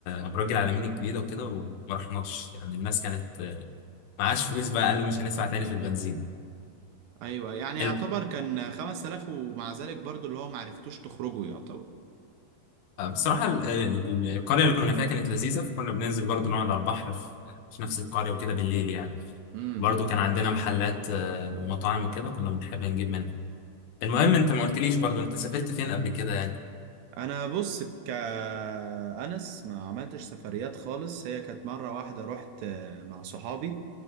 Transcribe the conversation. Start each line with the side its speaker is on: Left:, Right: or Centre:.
Left: ابراج العالمين الجديده وكده وما رحناش يعني الناس كانت معاش فلوس بقى قالوا مش هندفع تاني في البنزين
Right: ايوه يعني يعتبر
Left: ال-
Right: كان 5000 ومع ذلك برضو اللي هو معرفتوش تخرجوا يعتبر
Left: بصراحه ال- ال- القريه اللي كنا فيها كانت لذيذه فكنا بننزل برضو نقعد على البحر في في نفس القريه وكده بالليل يعني
Right: امم
Left: برضو كان عندنا محلات آه، ومطاعم وكده كنا بنحب نجيب منها المهم انت ما قلتليش برضو انت سافرت فين قبل كده يعني
Right: انا بص كأنس ما عملتش سفريات خالص هي كانت مرة واحدة رحت آه، مع صحابي